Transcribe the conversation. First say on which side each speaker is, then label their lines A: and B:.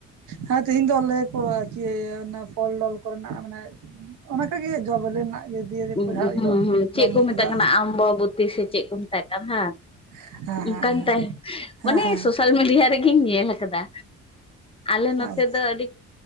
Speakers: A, on the right (about 75°); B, on the left (about 20°).
A: ᱦᱮᱸ ᱛᱮᱦᱤᱧ ᱫᱚ ᱞᱟᱹᱭᱟᱠᱚ ᱠᱤ ᱚᱱᱟ ᱯᱷᱚᱞ ᱰᱚᱞ ᱠᱚᱨᱮᱱᱟᱜ ᱢᱟᱱᱮ ᱚᱱᱟ ᱠᱚ ᱜᱮ ᱡᱚ ᱵᱮᱞᱮ ᱨᱮᱱᱟᱜ ᱜᱮ ᱫᱤᱭᱮ ᱫᱚ
B: ᱦᱩᱸ
A: ᱡᱟᱦᱟᱸ
B: ᱦᱩᱸ
A: ᱫᱚ
B: ᱪᱮᱫ
A: ᱡᱚᱢ
B: ᱠᱚ ᱢᱮᱛᱟᱜ
A: ᱡᱟ
B: ᱠᱟᱱᱟ ᱟᱢᱵᱟᱵᱚᱛᱤ ᱥᱮ ᱪᱮᱫ ᱠᱚ ᱢᱮᱛᱟᱜ ᱠᱟᱱᱟ ᱦᱟᱸ?
A: ᱦᱮᱸ
B: ᱚᱱᱠᱟᱱ
A: ᱦᱮᱸ
B: ᱛᱟᱭ
A: ᱦᱮᱸ
B: ᱚᱱᱮ
A: ᱦᱮᱸ
B: ᱥᱳᱥᱟᱞ ᱢᱤᱰᱤᱭᱟ ᱨᱮᱜᱤᱧ ᱧᱮᱞᱟᱼᱼ ᱠᱟᱫᱟ ᱟᱞᱮ ᱱᱚᱛᱮ
A: ᱦᱮᱸ
B: ᱫᱚ ᱟᱹᱰᱤᱡ